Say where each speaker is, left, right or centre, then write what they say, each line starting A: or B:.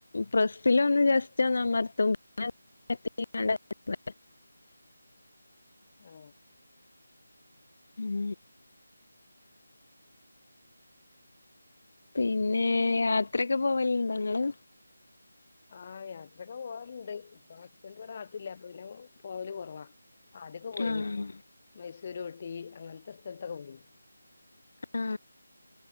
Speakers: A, on the left; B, on the left.
A: പ്രസ്സിലൊന്നു ജസ്റ്റ് ഒന്നമർത്തും പിന്നെ <unintelligible>
B: ആ
A: ഉം പിന്നെ യാത്രൊക്കെ പോവലണ്ടോ നിങ്ങള്
B: ആ യാത്രൊക്കെ പോവാൽണ്ട് ഇപ്പൊ ഹസ്ബൻന്റ് ഇവിടെ നാട്ടിലില്ലാത്തോണ്ട് പോവല് കുറവാ. അതൊയ്ക്കെ പോയിന്
A: ആഹ്
B: മൈസൂർ ഊട്ടി അങ്ങനത്തെ സ്ഥലത്തൊക്കെ പോയിനീ.
A: ആ